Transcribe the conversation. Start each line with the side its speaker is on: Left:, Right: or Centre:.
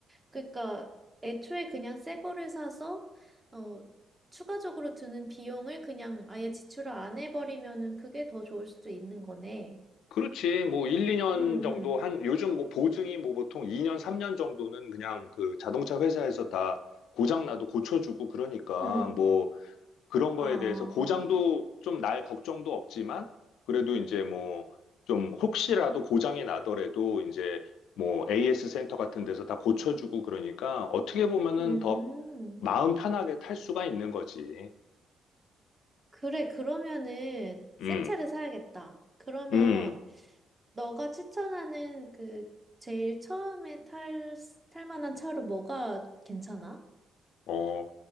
Right: 그러니까 애초에 그냥 새 거를 사서 어 추가적으로 드는 비용을 그냥 아예 지출을 안 해버리면은 그게 더 좋을 수도 있는 거네.
Left: 그렇지. 뭐 1, 2년
Right: 응응,
Left: 정도 한 요즘 뭐 보증이 뭐 보통 2년, 3년 정도는 그냥 그 자동차 회사에서 다 고장 나도 고쳐주고 그러니까
Right: 응. 응.
Left: 뭐 그런
Right: 아.
Left: 거에 대해서 고장도 좀 날 걱정도 없지만 그래도 이제 뭐 좀 혹시라도 고장이 나더라도 이제 뭐 AS 센터 같은 데서 다 고쳐주고 그러니까 어떻게 보면은
Right: 음.
Left: 더 마음 편하게 탈 수가 있는 거지.
Right: 그래. 그러면은 새
Left: 음,
Right: 차를 사야겠다. 그러면
Left: 음,
Right: 너가 추천하는 그 제일 처음에 탈, 탈 만한 차로 뭐가 괜찮아?
Left: 어.